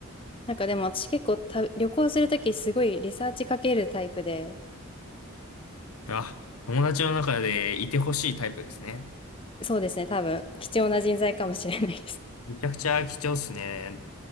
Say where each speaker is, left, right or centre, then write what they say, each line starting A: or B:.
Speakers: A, on the left; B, on the left.
A: なんかでも私結構た旅行するときすごいリサーチかけるタイプで、
B: あ、友達の中でいてほしいタイプですね。
A: そうですね、多分貴重な人材かもしれないです。
B: めちゃくちゃ貴重っすね。